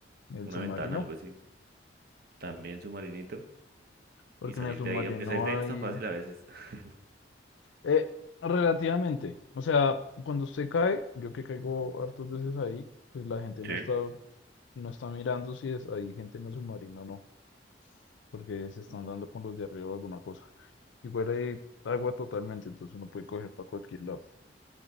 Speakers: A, on the left; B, on the right.
A: El
B: una
A: submarino.
B: ventana, algo así. También submarinito.
A: Porque
B: Y salir
A: en el submarino
B: de ahí, aunque salir de ahí no
A: hay...
B: es tan fácil a veces. <laughs>
A: eh, relativamente. O sea, cuando usted cae, yo que caigo hartas veces ahí, pues la gente no
B: Sí.
A: está, no está mirando si es, hay gente en el submarino o no. Porque se están
B: Mm.
A: dando con los de arriba o alguna cosa. Igual hay agua totalmente, entonces uno puede coger para cualquier lado.